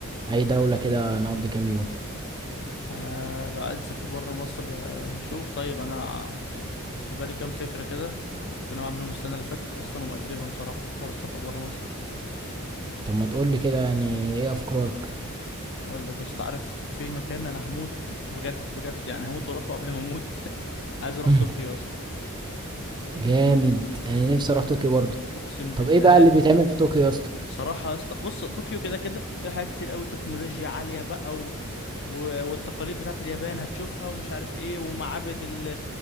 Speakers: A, on the right; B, on the left.
A: اي دوله كده نقضي كام يوم
B: آه لو عايز اسافر بره مصر آه شوف طيب انا في بالي كام فكرة كده كنت ناوي اعملهم السنة اللي فاتت اصلا ومأجلهم صراحة في حوار السفر بره مصر ده
A: طب ما تقول لي كده يعني ايه افكارك
B: اقول لك يا اسطى عارف في مكان انا هموت بجد بجد يعني هموت واروحه قبل ما اموت <laughs> عايز اروح
A: <laughs>
B: طوكيو يا اسطى
A: جامد انا نفسي اروح طوكيو برضه
B: اقسم بالله
A: طب ايه بقى اللي بيتعمل في طوكيو يا اسطى
B: صراحة يا اسطى بص طوكيو كده كده في حاجات كتير قوي تكنولوجيا عالية بقى و... و... والتقاليد بتاعت اليابان هتشوفها ومش عارف ايه ومعابد ال...